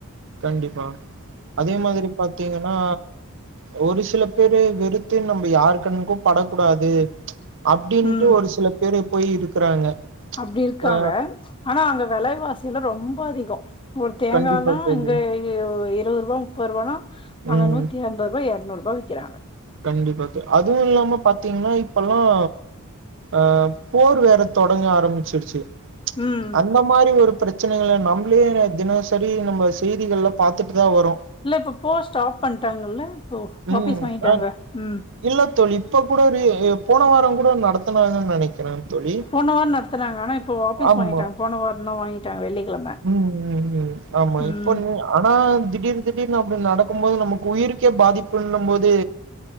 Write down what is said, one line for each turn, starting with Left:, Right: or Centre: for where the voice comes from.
Right: கண்டிப்பா அதே மாதிரி பாத்தீங்கன்னா ஒரு சில பேரு வெறுத்து நம்ம யாரு கண்ணுக்கும் படக்கூடாது அப்டின்ட்டு
Left: ம்
Right: ஒரு சில பேரு போயி இருக்குறாங்க
Left: அப்டி இருக்காங்க
Right: ஆ
Left: ஆனா அங்க வெலைவாசியல்லா ரொம்ப அதிகொ ஒரு தேங்கால்லா
Right: கண்டிப்பா தோழி.
Left: இங்க இருவது ரூபா முப்பது ரூபான்னா அங்க
Right: ம்.
Left: நூத்திஅம் பது ரூபா எரநூறு ரூபா விக்கிறாங்க
Right: கண்டிப்பா தோ அதுவு இல்லாம பாத்தீங்கன்னா இப்பல்லாம் அ போர் வேற தொடங்க ஆரம்பிச்சிருச்சு
Left: ம்
Right: அந்த மாறி ஒரு பிரச் பிரச்சனைகள நம்ப்ளே தினசரி நம்ம செய்திகள்ல பாத்துட்டு தா வரோ
Left: இல்ல இப்ப போர் ஸ்டாப் பண்ணிட்டாங்கல்ல இப்போ
Right: ம்.
Left: வாபீஸ் வாங்கிட்டாங்க
Right: அ
Left: ம்
Right: இல்ல தோழி இப்ப கூட போன ரீ போன வாரங் கூட நடத்தனாங்கன்னு நெனக் <unintelligible> தோழி
Left: போன வார நடத்துனாங்க ஆனா இப்போ வாபீஸ்
Right: ஆமா.
Left: வாங்கிட்டாங்க போன வார தா வாங்கிட்டாங்க வெள்ளிக்கிழம
Right: ம் ம் ம் ஆமா
Left: ம்
Right: இப்போ நீ ஆனா திடீர் திடீர்னு அப்டி நடக்கு போது நமக்கு உயிருக்கே பாதிப்புன்னு போது